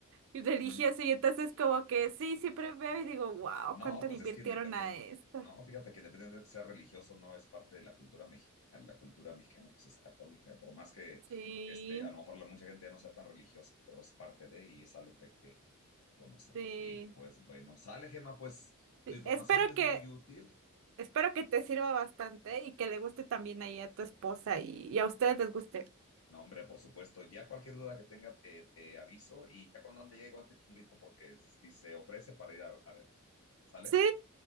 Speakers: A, on the right; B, on the left.
A: religioso
B: Ujú.
A: y entonces como que sí, siempre veo y digo, wow,
B: No,
A: cuánto
B: pues
A: le invirtieron
B: es que independiente,
A: a esto.
B: no, fíjate que independiente de que sea religioso, no es parte de la cultura mexicana. La cultura mexicana, pues es católica, por más que,
A: Sí,
B: este, a lo mejor la, mucha gente ya no sea tan religiosa, pero es parte de y es algo que hay que conocer.
A: sí.
B: Y pues bueno, sale, Gema, pues
A: Sí,
B: tu información
A: Espero
B: es
A: que,
B: muy útil.
A: Espero que te sirva bastante y que le guste también ahí a tu esposa y, y a ustedes les guste.
B: No, hombre, por supuesto. Ya cualquier duda que tenga te, te aviso y ya cuando ande ya igual te echo un grito porque si se ofrece para ir a, a verte. ¿Sale?
A: Sí,